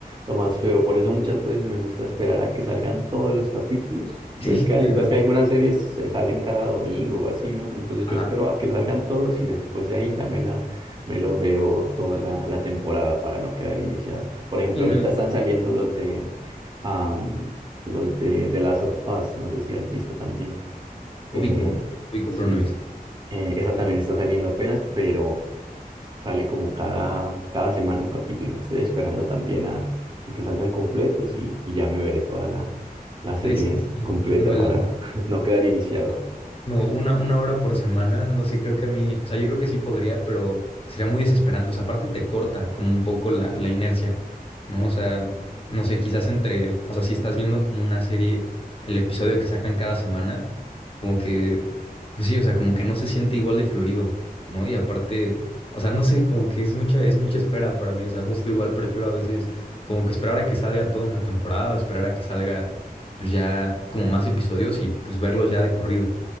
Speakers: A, on the right; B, on the left.
A: lo más feo. Por eso muchas veces me gusta esperar a que salgan todos los capítulos. Ves
B: Sí,
A: que, hay-
B: yo igual.
A: ves que algunas series se salen cada domingo o así, ¿no? Entonces yo
B: Ajá.
A: espero a que salgan todos y después de ahí ya me la, me los veo toda la, la temporada para no quedar iniciado. Por ejemplo,
B: Sí, no,
A: ahorita están saliendo los de, am, los de The Last of Us. No sé si has visto también.
B: ubico,
A: Eh,
B: ubico,
A: sí,
B: pero no he visto.
A: eh, esa también está saliendo apenas, pero Sale como cada, cada semana un capítulo. Estoy esperando también a que salgan completos y, y ya me veré toda la, la serie
B: Es que sí,
A: completa
B: no, el,
A: para <laughs> no quedar iniciado.
B: No, una, una hora por semana, no sé, creo que a mí, o sea, yo creo que sí podría, pero sería muy desesperante. O sea, aparte te corta como un poco la, la inercia, ¿no? O sea, no sé, quizás entre, o sea, si estás viendo como una serie, el episodio que sacan cada semana, como que, pues sí, o sea, como que no se siente igual de fluido, ¿no? Y aparte, o sea, no sé, como que es mucha, es mucha espera para mí, o sea, justo igual prefiero a veces como que esperar a que salga toda una temporada o esperar a que salga, pues ya como más episodios y pues verlos ya de corrido.